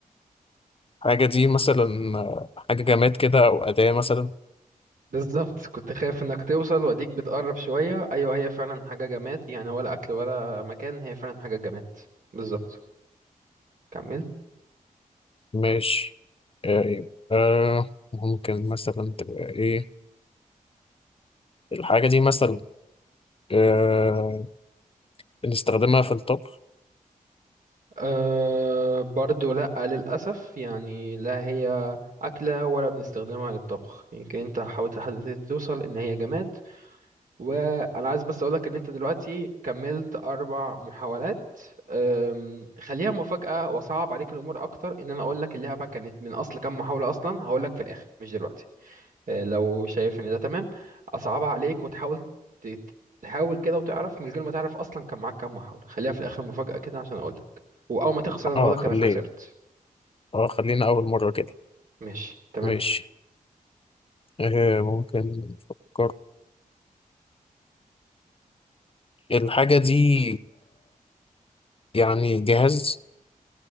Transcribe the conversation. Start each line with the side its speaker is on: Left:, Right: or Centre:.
Left: الحاجة دي مثلا آه، حاجة جماد كده أو أداة مثلا
Right: بالظبط كنت خايف انك توصل واديك بتقرب شويه ايوه هي فعلا حاجه جماد يعني ولا اكل ولا مكان هي فعلا حاجه جماد بالظبط كمل
Left: ماشي آه، آه، ممكن مثلا تبقى إيه الحاجة دي مثلا آه، بنستخدمها في الطبخ
Right: أه برضو لأ للأسف يعني لا هي أكلة ولا بنستخدمها للطبخ يمكن أنت حاولت لحد دلوقتي توصل إن هي جماد وأنا عايز بس أقولك إن أنت دلوقتي كملت أربع محاولات أم، خليها مفاجأة وصعب عليك الأمور أكتر إن أنا أقولك اللعبة كانت من أصل كام محاولة أصلا هقولك في الآخر مش دلوقتي آه، لو شايف ان ده تمام اصعبها عليك وتحاول ت- تحاول كده وتعرف من غير ما تعرف اصلا كان معاك كام محاولة خليها في الاخر مفاجأة كده عشان اقول لك واول ما تخسر انا
Left: اه
Right: اقول لك
Left: خليه
Right: انا خسرت
Left: اه خلينا اول مرة كده
Right: ماشي تمام
Left: ماشي آه ممكن نفكر الحاجة دي يعني جهاز